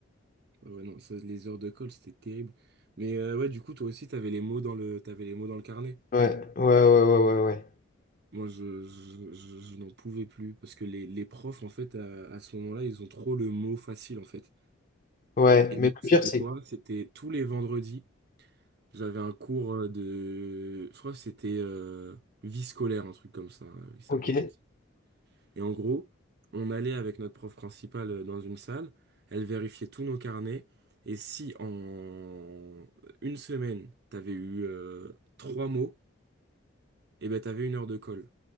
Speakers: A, on the right; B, on the left.
A: ouais, Ouais, non, ça, les heures de colle, c'était terrible. Mais euh, ouais, du coup, toi aussi, t'avais les mots dans le, t'avais les mots dans le carnet.
B: Ouais, ouais, ouais, ouais, ouais, ouais.
A: Moi, je, je, je- je n'en pouvais plus parce que les, les profs, en fait, à, à ce moment-là, ils ont trop le mot facile, en fait.
B: Ouais,
A: Et
B: mais
A: moi,
B: le
A: c'était
B: pire, c'est...
A: quoi? C'était tous les vendredis, j'avais un cours euh, de, je crois que c'était euh, vie scolaire, un truc comme ça. euh, Il s'appelait
B: Ok.
A: comme ça. Et en gros, on allait avec notre prof principale euh, dans une salle, elle vérifiait tous nos carnets. Et si en une semaine, t'avais eu euh, trois mots, et ben t'avais une heure de colle.